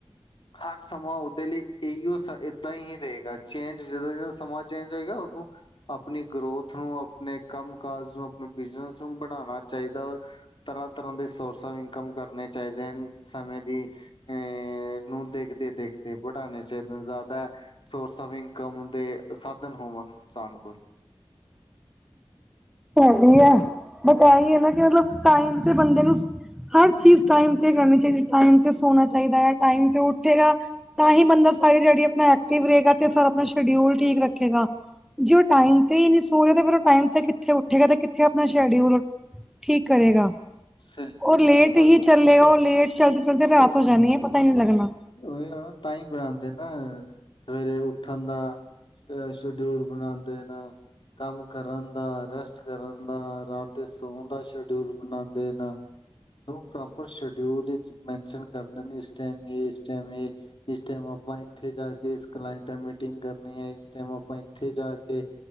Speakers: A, on the left (about 60°); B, in the centre.
A: ਹਰ ਸਮਾਂ ਉਹਦੇ ਲਈ ਅਈਉ ਸ ਏਦਾਂ ਹੀ ਰਹੇਗਾ, ਚੇਂਜ ਜਦੋਂ- ਜਦੋਂ ਸਮਾਂ ਚੇਂਜ ਹੋਏਗਾ, ਉਹਨੂੰ ਆਪਣੀ ਗਰੋਥ ਨੂੰ, ਆਪਣੇ ਕੰਮ ਕਾਜ ਨੂੰ, ਆਪਣੇ ਬਿਜਨਸ ਨੂੰ ਬੜਾਉਣਾ ਚਾਹੀਦਾ। ਔਰ ਤਰ੍ਹਾਂ -ਤਰ੍ਹਾਂ ਦੇ ਸੋਰਸ ਆਫ ਇਨਕਮ ਕਰਨੇ ਚਾਹੀਦੇ ਹਨ। ਸਮੇਂ ਦੀ ਅਅ ਨੂੰ ਦੇਖਦੇ -ਦੇਖਦੇ ਬੜਾਉਣੇ ਚਾਹੀਦੇ। ਜ਼ਿਆਦਾ ਸੋਰਸ ਆਫ ਇਨਕਮ ਦੇ ਸਾਧਨ ਹੋਵਣ ਇਨਸਾਨ ਕੋਲ।
B: ਹੈਗੀ ਹੈ, ਬਟ ਇਹੀ ਹੈ ਨਾ ਕਿ ਮਤਲਬ ਟਾਈਮ ਤੇ ਬੰਦੇ ਨੂੰ ਹਰ ਚੀਜ਼ ਟਾਈਮ ਤੇ ਕਰਨੀ ਚਾਹੀਦੀ, ਟਾਈਮ ਤੇ ਸੋਣਾ ਚਾਹੀਦਾ ਹੈ, ਟਾਈਮ ਤੇ ਉੱਠੇਗਾ ਤਾਂ ਹੀ ਬੰਦਾ ਸਾਰੀ ਦਿਹਾੜੀ ਆਪਣਾ ਐਕਟਿਵ ਰਹੇਗਾ ਤੇ ਸਾਰਾ ਆਪਣਾ ਸ਼ਡਿਊਲ ਠੀਕ ਰੱਖੇਗਾ। ਜੇ ਉਹ ਟਾਈਮ ਤੇ ਈ ਨਹੀਂ ਸੋਏਗਾ, ਫਿਰ ਉਹ ਟਾਈਮ ਤੇ ਕਿੱਥੇ ਉੱਠ ਠੇਗਾ ਤੇ ਕਿੱਥੇ ਆਪਣਾ ਸ਼ਡਿਊਲ ਠੀਕ ਕਰੇਗਾ।
A: ਸਹੀ
B: ਉਹ
A: ਗੱਲ
B: ਲੇਟ
A: ਹੈ ਦੇਖੋ
B: ਹੀ
A: ਸ-
B: ਚੱਲੇਗਾ, ਉਹ ਲੇਟ ਚੱਲਦੇ -ਚੱਲਦੇ ਰਾਤ ਹੋ ਜਾਣੀ
A: ਹਮ
B: ਹੈ ਪਤਾ ਹੀ ਨਹੀਂ ਲੱਗਣਾ।
A: ਉਹੀ ਆ ਨਾ, ਤਈਂ ਬਣਾਉਂਦੇ ਨਾ ਸਵੇਰੇ ਉੱਠਣ ਦਾ ਆਏਂ ਸ਼ਡਿਊਲ ਬਣਾ ਦੇਣਾ। ਕੰਮ ਕਰਨ ਦਾ, ਰੈਸਟ ਕਰਨ ਦਾ, ਰਾਤ ਦੇ ਸੌਣ ਦਾ ਸ਼ਡਿਊਲ ਬਣਾਂਦੇ। ਤੇ ਨਾ ਓਹ ਪ੍ਰੋਪਰ ਸ਼ਡ ਡਿਊਲ ਮੈਨਸ਼ਨ ਕਰਦੇ ਨੇ, ਇਸ ਟਾਈਮ ਏ, ਇਸ ਟੈਮ ਏ। ਇਸ ਟਾਈਮ ਆਪਾਂ ਇੱਥੇ ਜਾ ਕੇ ਇਸ ਕਲਾਇੰਟ ਨਾਲ ਮੀਟਿੰਗ ਕਰਨੀ ਹੈ, ਇਸ ਟਾਈਮ ਆਪਾਂ ਇੱਥੇ ਜਾ ਕੇ